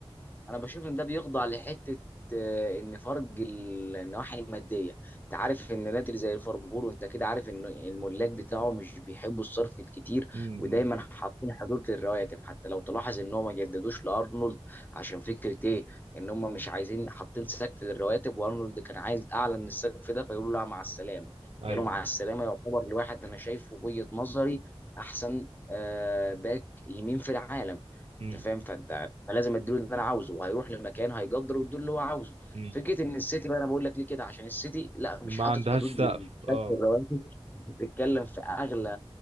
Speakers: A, on the left; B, on the right.
A: انا بشوف ان ده بيخضع لحته آه، ان فرق ال- النواحي الماديه انت عارف ان نادي زي ليفربول وانت كده عارف ان الملاك بتاعه مش بيحبوا الصرف الكتير
B: امم
A: ودايما حاطين حدود للرواتب حتى لو تلاحظ ان هم ما جددوش لارنولد عشان فكره ايه ان هم مش عايزين حاطين سقف للرواتب وارنولد كان عايز اعلى من السقف ده فيقولوا له لا مع السلامه
B: ايوه
A: قالوا مع السلامه يعتبر لواحد انا شايفه وجهه نظري احسن آه، باك يمين في العالم
B: امم
A: انت فاهم فانت فلازم اديله اللي انا عاوزه وهيروح لمكان هيقدر ويديله اللي هو عاوزه
B: امم
A: فكره ان السيتي بقى انا بقول لك ليه كده عشان السيتي لا
B: ما
A: مش حاطط
B: عندهاش
A: حدود
B: سقف
A: للكاش
B: اه
A: الرواتب انت بتتكلم في اغلى